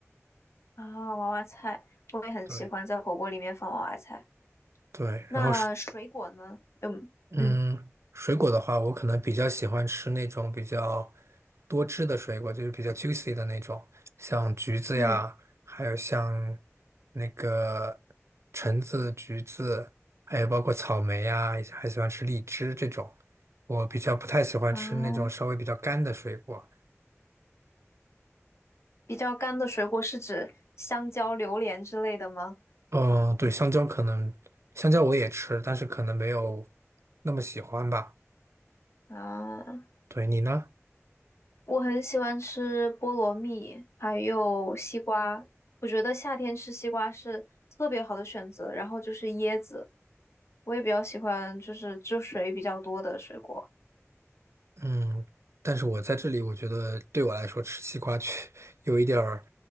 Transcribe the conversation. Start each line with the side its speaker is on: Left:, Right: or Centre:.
Left: 啊，娃娃菜，我也很喜欢在火锅里面放娃娃菜。
Right: 对对，
Left: 那水果呢？
Right: 然后是
Left: 嗯嗯
Right: 嗯，水果的话，我可能比较喜欢吃那种比较多汁的水果，就是比较 juicy 的那种，像橘子呀，
Left: 嗯，
Right: 还有像那个橙子、橘子，还有包括草莓呀，还喜欢吃荔枝这种。我比较不太喜欢吃那种稍微比较干的水果。
Left: 啊，比较干的水果是指香蕉、榴莲之类的吗？
Right: 嗯，对，香蕉可能，香蕉我也吃，但是可能没有那么喜欢吧。
Left: 啊，
Right: 对，你呢？
Left: 我很喜欢吃菠萝蜜，还有西瓜。我觉得夏天吃西瓜是特别好的选择。然后就是椰子，我也比较喜欢，就是汁水比较多的水果。
Right: 嗯，但是我在这里，我觉得对我来说吃西瓜去有一点儿